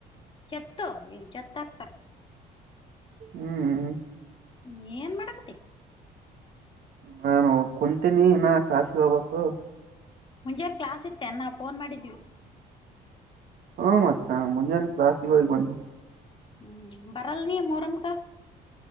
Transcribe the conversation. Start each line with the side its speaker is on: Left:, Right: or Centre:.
Left: ಚತ್ತು ಈಗ ಚತ್ತು ಹಾಕ್ತಾರ
Right: ಹ್ಮ್್ಮ
Left: ಹ್ಮ ಏನ್ ಮಾಡಕತಿ
Right: ನಾನು ಕುಂತೀನಿ ಇ ನ ಕಸಿಗೆ ಹೋಗ್ಬಕ್ು
Left: ಮುಂಜಾರೆ ಕ್ಲಾಸ್ ಇತ್ತೇ ನಾ ಫೋನ್ ಮಾಡಿದ್ವಿ
Right: ಹ್ಮ ಮತ್ತ ಮುಂಜಾನೆ ಕ್ಲಾ ಶಿವಾಜ ಬ
Left: ಹ್ಮ್ ಬರಲ್ಲ ನೀ ಮೋರಮ ಕ